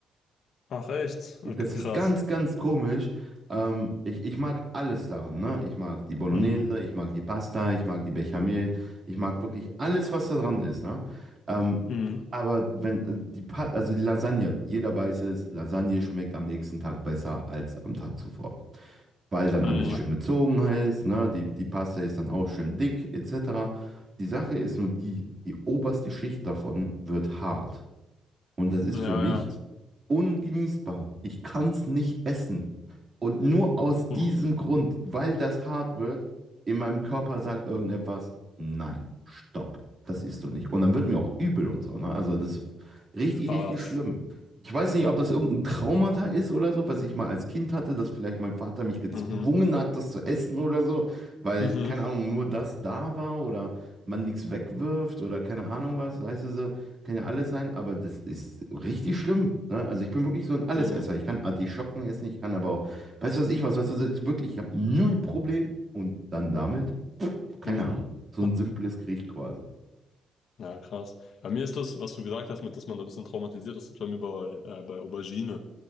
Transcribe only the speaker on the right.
Das
ist ganz, ganz komisch. Ähm, ich, ich mag alles daran, ne? Ich mag die Bolognese,
ich mag die Pasta, ich mag die Bechamel, ich mag wirklich alles, was da dran ist, ne? Ähm,
aber wenn äh, die Pa- also die Lasagne, jeder weiß es, Lasagne schmeckt am nächsten Tag besser als am Tag zuvor weil dann
alles schön gezogen ist, ne? Die, die Paste ist dann auch schön dick, etc. Die Sache ist nur die, die oberste Schicht davon wird hart. Und das ist
für mich
ungenießbar. Ich kann es nicht essen. Und nur aus
diesem Grund, weil das hart wird, in meinem Körper sagt irgendetwas, nein, stopp, das isst du nicht. Und dann wird mir auch übel und so. Ne? Also das ist richtig,
richtig schlimm. Ich weiß nicht, ob das irgendein Traumata ist oder so, was ich mal als Kind hatte, dass vielleicht mein Vater mich gezwungen
hat, das zu essen oder so, weil,
keine Ahnung, nur das da war oder man nichts wegwirft oder keine Ahnung was, weißt du so. Kann ja alles sein, aber das ist richtig schlimm. Ne? Also ich bin wirklich so ein Allesesser.
Ich kann Artischocken essen, ich kann aber auch, weißt du was ich was, weißt du, so- ich wirklich, ich habe null Problem. Und dann damit, keine
Ahnung, so
ein simples Gericht quasi.